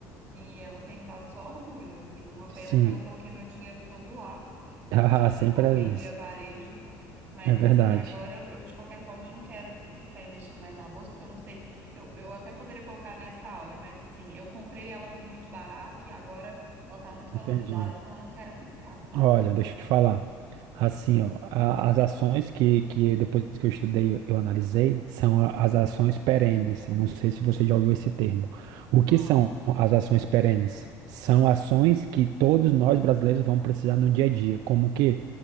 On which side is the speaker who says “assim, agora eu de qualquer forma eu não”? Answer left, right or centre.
Right